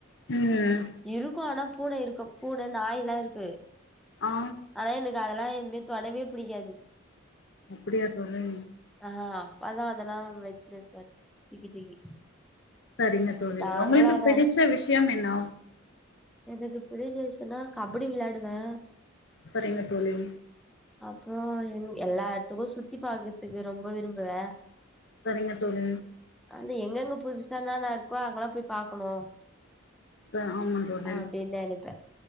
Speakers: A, on the left; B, in the centre.
A: ம்
B: இருக்கு ஆனா பூன இருக்கு பூன நாய்ல்லா இருக்கு
A: ஆ
B: ஆனா எனக்கு அதெல்லா எதுவுமே தொடவே புடிக்காது
A: அப்டியா தோழி
B: ஆ அப்பாதா அதெல்லா வச்சினு இருப்பாரு தூக்கி தூக்கி
A: சரிங்க தோழி
B: நாங்களா
A: உங்களுக்கு
B: அத
A: பிடிச்ச விஷயம் என்ன
B: எனக்கு பிடிச்ச விஷயன்னா கபடி விளயாடுவே
A: சரிங்க தோழி
B: அப்றோ எல்லா எட்த்துக்கு சுத்தி பாக்குற்துக்கு ரொம்ப விரும்புவே
A: சரிங்க தோழி
B: அது எங்கங்க புதுசானல்லா இருக்கோ அங்கெல்லா போய் பாக்கணு
A: ச ஆமா தோழி
B: அப்டின்னு நினைப்பே